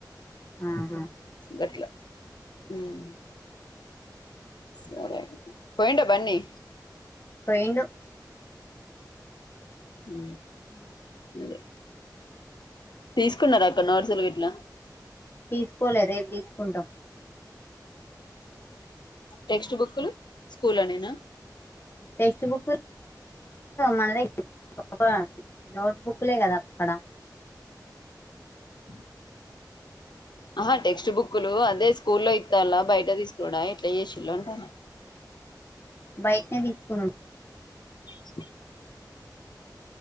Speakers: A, on the left; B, on the left.
A: ఆహ
B: గట్లా ఉమ్ సరే పొయిండా బన్నీ
A: పొయిండు
B: ఉ
A: అ
B: అదే తీస్కున్నారా అక్కా నోట్సులు గిట్లా
A: తీస్కోలే రేపు తీసుకుంటాం
B: టెక్స్ట్ బుక్లు స్కూల్ల నేనా
A: టెక్స్ట్ బుక్ ల్ మన దగ్గర ఒక నోట్ బుక్లే కదా అక్కడ
B: అ ఆహా టెక్స్ట్ బుక్లు అదే స్కూల్లో ఇత్తాల్లా బయట తీసుకోడా ఎట్లాచేసిళ్ళు అంటాన్నా
A: బయట్నే తీస్కొను
B: స